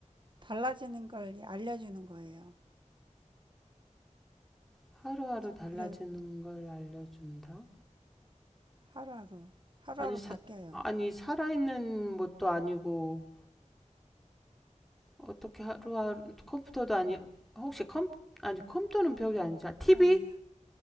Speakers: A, on the right; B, in the centre.
A: 달라지는 걸 알려주는 거예요.
B: 하루하루 달라지는
A: 그래
B: 걸 알려준다?
A: 하루하루 하루하루
B: 아니, 사,
A: 바뀌어요.
B: 아니, 살아있는 것도 아니고, 어떻게 하루하루, 컴퓨터도 아니, 혹시 컴, 아니, 컴퓨터는 벽이 아니잖아. TV?
A: 아니